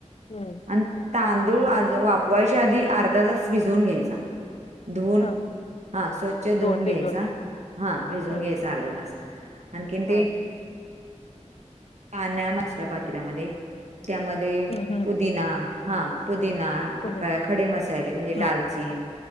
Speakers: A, on the left (about 55°); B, on the right (about 65°).
A: हम्म
B: आणि तांदूळ आज वापरायच्या आधी अर्धा तास भिजून घ्यायचा धुवून.
A: हा
B: हा स्वच्छ
A: दोन
B: धुवून घ्यायचा
A: वेगळ
B: हा भिजून
A: हम्म
B: घ्यायचा अर्धा तास आणखीन ते
A: हा
B: पाण्या मसर पातल्यामध्ये त्यामध्ये
A: हम्म हम्म
B: पुदिना हा पुदिना
A: पुढे
B: खडे मसाले म्हणजे ाडालचीन
A: हम्म